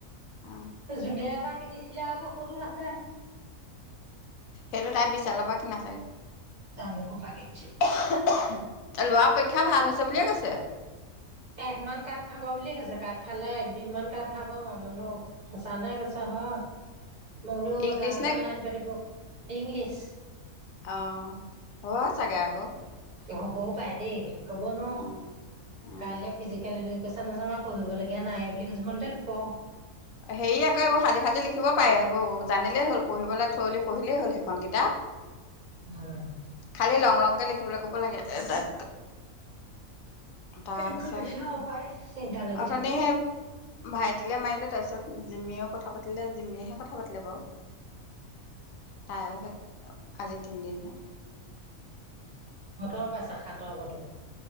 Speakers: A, on the left (about 70°); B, on the right (about 35°).
A: অ
B: জুলীয়া এটা। তে নিচিলে আক সৰু আছে।
A: সেইটো তাই বিশালৰ পৰা কিনা চাগে।
B: জানো ক'পা কিনিছিলে
A: ল'ৰা পৰীক্ষা ভাল হৈছে বুলিয়ে কৈছে।
B: এক মান কাঠ খাব বুলি কৈছে কাঠ খালে এক দিনমান কাত খাব মামোন অ সঁচা নে কৈছ হয়। মোলো
A: ইংলিছ
B: গাজেন
A: নে
B: লাইন পাতিব ইংলিছ।
A: অ হয় চাগে আকৌ
B: হবও পাই দেই। হব ন।
A: উম উম
B: কাইলে ফিজিকেল এডোকেচন আছে মই পঢ়িবলগীয়া নাই বুলি কৈছে মই বোলো তেইত পঢ়।
A: হেৰি আকৌ এইবোৰ সাজি সাজি লিখিব পাৰে সেইবোৰ জানিলেই হ'ল, পঢ়িবলৈ উঠিলে পঢ়িলেই হ'ল সেইখন কিতাপ।
B: উম।
A: খালী লং লংকৈ লিখিবলৈ ক'ব লাগে তাক। তাৰপিছত
B: শেষ কৰিছো পায় চিন্তা লাগি
A: অথনি
B: থাকে অ।
A: সেই ভাইটিলে মাৰিলো তাৰপাছত। তাৰপাছত জিমিয়েও কথা পাতিলে জিমিয়েহে কথা পাতিলে বাৰু। তাইও সে আজি তিনিদিন হে।
B: মতৰ পাইছে সাতৰ কতো।